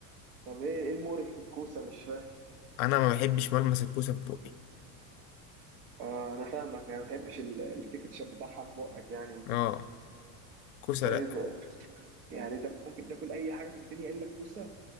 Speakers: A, on the right (about 85°); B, on the left (about 70°).
A: طب ايه ايه المقرف في الكوسة مش فاهم
B: انا ما بحبش ملمس الكوسه في بوقي
A: آه انا فاهمك يعني ما بتحبش ال- التكتشر بتاعها في بقك يعني وكده
B: اه كوسه
A: طيب
B: لا
A: يعني انت ممكن تاكل اي حاجه في الدنيا الا الكوسه